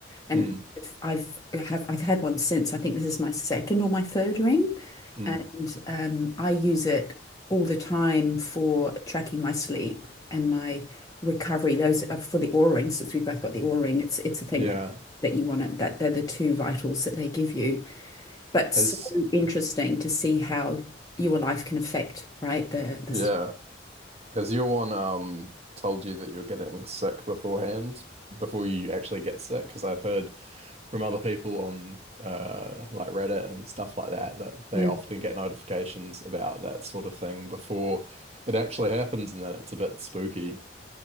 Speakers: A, on the left (about 20°); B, on the right (about 35°).
A: And
B: mm,
A: I've I have I've had one since. I think this is my second or my third ring.
B: mm.
A: And um, I use it all the time for tracking my sleep and my recovery. Those are for the aura ring since we've both got the aura ring it's it's a thing
B: Yeah.
A: that that you want to that they're the two vitals that they give you. But
B: Has
A: so interesting to see how your life can affect, right? The the
B: yeah. Has your one um told you that you're getting sick beforehand before you actually get sick? Because I've heard from other people on uh like Reddit and stuff like that that they
A: Yeah.
B: often get notifications about that sort of thing before it actually happens, and then it's a bit spooky.